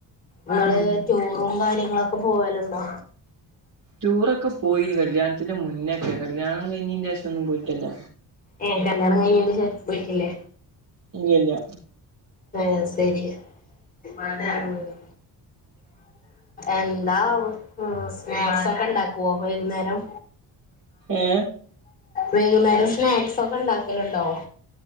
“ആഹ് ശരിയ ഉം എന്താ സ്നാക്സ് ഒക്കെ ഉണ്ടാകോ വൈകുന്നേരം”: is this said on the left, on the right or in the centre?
Left